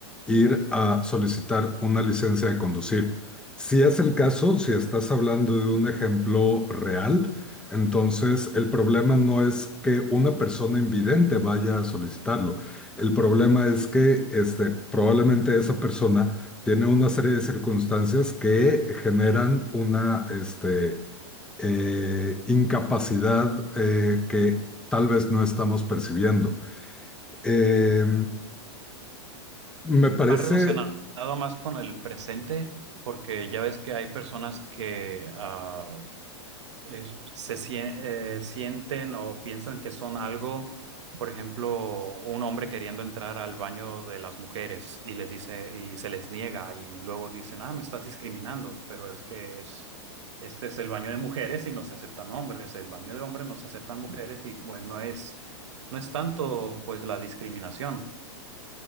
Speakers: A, in the centre; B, on the right.
A: ir a solicitar una licencia de conducir. Si es el caso, si estás hablando de un ejemplo real, entonces el problema no es que una persona invidente vaya a solicitarlo. El problema es que este, probablemente esa persona tiene una serie de circunstancias que generan una, este, eh, incapacidad eh, que tal vez no estamos percibiendo. Eh, me parece
B: va relacionado más con el presente, porque ya ves que hay personas que ah, es- se sien- eh, sienten o piensan que son algo, por ejemplo, un hombre queriendo entrar al baño de las mujeres y les dice y se les niega y luego dicen, ah, me estás discriminando, pero es que es este es el baño de mujeres y no se aceptan hombres, el baño de hombres no se aceptan mujeres y bueno, no es no es tanto pues la discriminación.